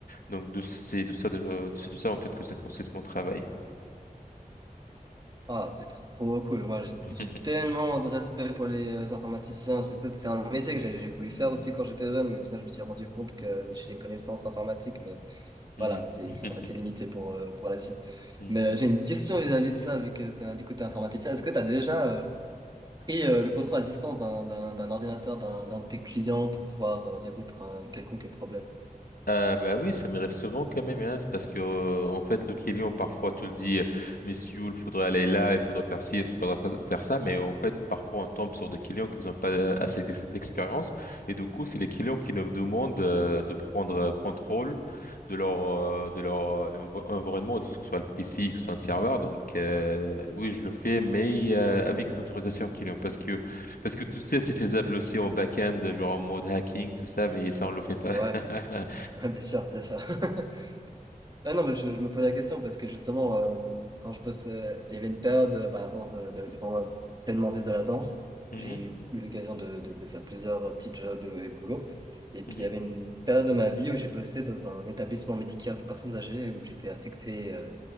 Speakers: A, on the left; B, on the right.
A: Donc de, c'est de ça, de, c'est de ça en fait que ça consiste mon travail.
B: Ah, c'est trop cool. Moi, j'ai
A: <laughs>
B: j'ai tellement de respect pour les euh, informaticiens. C'est c'est- c'est un métier que j'ai j'ai voulu faire aussi quand j'étais jeune, mais au final, je me suis rendu compte que j'ai une connaissance informatique, mais
A: Mhm.
B: voilà, c'est
A: <laughs>
B: c'est assez limité pour, euh, pour la suite.
A: Mhm.
B: Mais euh, j'ai une question vis-à-vis de ça, vu que t'as- du coup, t'es informaticien. Est-ce que tu as déjà euh, pris euh, le contrôle à distance d'un d'un d'un ordinateur, d'un d'un de tes clients pour pouvoir euh, résoudre un quelconque problème?
A: Euh, bah oui, ça m'arrive souvent quand même, hein, c'est parce que euh, en fait le client parfois te le dit, euh, messieurs, il faudrait aller là, il faudrait faire ci, il faudrait fa- faire ça, mais en fait parfois on tombe sur des clients qui n'ont pas euh, assez d'ex- d'expérience et du coup c'est les clients qui nous demandent euh, de prendre euh, contrôle de leur euh, de leur euh, env- environnement, que ce soit le PC, que ce soit un serveur. Donc euh, oui, je le fais, mais euh, avec l'autorisation client, parce que parce que tu sais c'est faisable aussi en back-end, genre en mode hacking, tout ça, mais ça on le fait pas.
B: Ouais,
A: <laughs>
B: <laughs> bien sûr, bien sûr. <laughs> Ah non, mais je, je me pose la question parce que justement, euh, quand je bosse, euh, il y avait une période euh, bah, avant de, de, de vraiment pleinement vivre de la danse.
A: Mhm,
B: J'ai eu, eu l'occasion de, de, de faire plusieurs euh, petits jobs euh, et boulots. Et puis
A: mhm,
B: il y avait une période de ma vie où j'ai bossé dans un établissement médical pour personnes âgées où j'étais affecté euh,